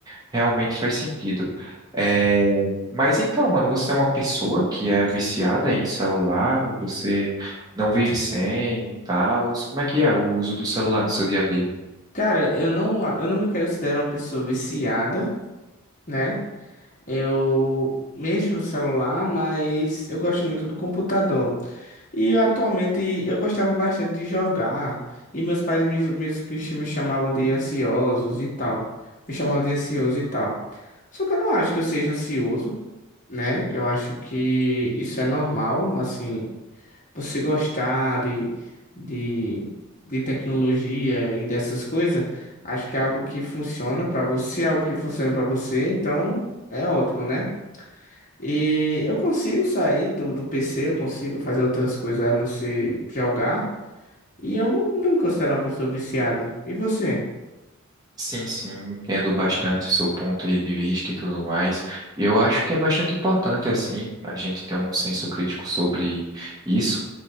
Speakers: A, on the right (about 15°); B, on the left (about 35°).
A: realmente faz sentido. É, mas então, mano, você é uma pessoa que é viciada em celular, você não vive sem e tal. Como é que é o uso do celular no seu dia a dia?
B: Cara, eu não, a- eu não me considero uma pessoa viciada, né? Eu mexo no celular, mas eu gosto muito do computador. E eu, atualmente eu gostava bastante de jogar. E meus pais me, me, me chamavam de ansiosos e tal. Me chamavam de ansioso e tal. Só que eu não acho que eu seja ansioso. né? Eu acho que isso é normal, assim, você gostar de, de, de tecnologia e dessas coisas, acho que é algo que funciona pra você, é algo que funciona pra você, então é ótimo, né? E eu consigo sair do, do PC, eu consigo fazer outras coisas a não ser jogar, e eu não, não me considero uma pessoa viciada. E você?
A: Sim, sim, entendo bastante o seu ponto de vista e tudo mais. Eu acho que é bastante importante, assim, a gente ter um senso crítico sobre isso